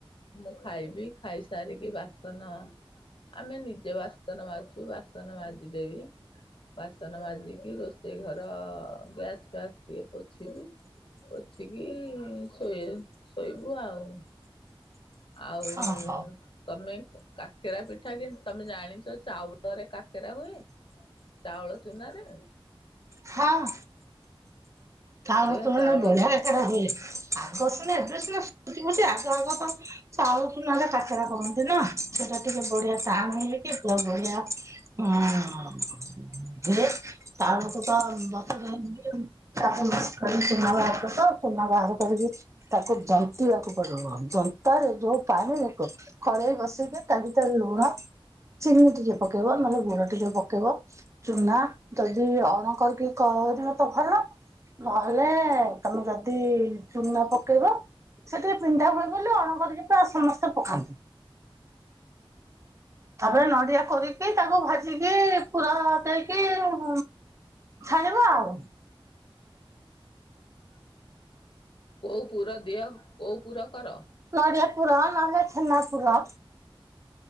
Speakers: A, on the left; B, on the right.
A: ମୁଁ ଖାଇବି। ଖାଇସାରିକି ବାସନ ଆମେ ନିଜେ ବାସନ ମାଜୁଛୁ, ବାସନ ମାଜିଦେବି। ବାସନ ମାଜିକି ରୋଷେଇ ଘର ଗ୍ୟାସ୍ ଫ୍ୟାସ୍ ଟିକେ ପୋଛିିବି। ପୋଛିକିି-ଇ ଶୋଇ ଶୋଇବୁ ଆଉ। ଆଉ-ଉଁ
B: ଓହୋ
A: ତମେ କାକେରା ପିଠା କିଁ! ତମେ ଜାଣିଛ ଚାଉଳରେ କାକେରା ହୁଏ। ଚାଉଳ ଚୁନାରେ!
B: ହଁ। ଚାଉଳ
A: ଦିଅ
B: ଚୂନା
A: ଚାଉଳ
B: ରେ ବଢିଆ
A: ଚୁନା
B: କେରା ହୁଏ। ଆଗ ସିନା ଏବେ ସିନା ସୁ କୁଚି କୁଚି, ଆଗ ଆଗ ତ ଚାଉଳ ଚୂନା ରେ କାକେରା କରନ୍। ତେନା ସେଟା ଟିକେ ବଢିଆ ଚାମିନ୍ ହେଇଚି। ପ୍ଲସ ବଢିଆ ଉମ୍-ଉ-ଉଁ ଯେ, ତା ବେଳକୁ ତ ବତ <unintelligible> ତା। <inaudible> ଚୁନା ବାହାର କରଦବ, ଚୁନା ବାହାର କରିକି ତାକୁ ଜନ୍ତିବାକୁ ପଡିବ। ଜନ୍ତା ରେ, ଯୋଉ ପାଣି ରେ ଖ-ଖଳେଇ ବସେଇଦେ, ତା ଭିତରେ ଲୁଣ ଚିନି ଟିକେ ପକେଇବ। ନହେଲେ, ଗୁଡ ଟିକେ ପ ଥିବ, ଚୁନା ଯଦି ଅଣ କରିକିି କରିବ ତ ଭଲ! ନହେଲେ, ତମେ ଯଦି ଚୁନା ପକେଇବ ସେଠି ପିନ୍ଧା ହୁଏ ବୋଲି, ଅଣ କରିକି ପାଏ ସମସ୍ତେ ପକାନ୍ତି। ତା'ପରେ ନଡିଆ କୋରିକି, ତାକୁ ଭାଜିକି, ପୁର ଦେଇକି ଉଁ ଛାଣିବ ଆଉ।
A: ଉ କୋଉ ପୁର ଦିଅ? କୋଉ ପୁର? କର?
B: ନଡ଼ିଆ ପୁର ନହେଲେ, ଛେନା ପୁର!